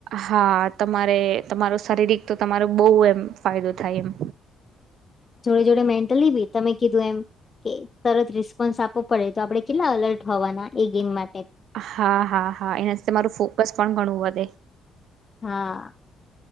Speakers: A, on the right (about 75°); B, on the left (about 35°).
A: હા તમારે તમારો શારીરિક તો તમારો બહુ એમ ફાયદો થાય એમ.
B: જોડે જોડે મેન્ટલી બી તમે કીધું એમ કે તરત રિસ્પોન્સ આપવો પડે તો આપડણે કેટલા અલર્ટ હોવાના એ ગેમમાં.
A: હા, હા, હા એનાથી તમારું ફોકસ પણ ઘણું વધે.
B: હા.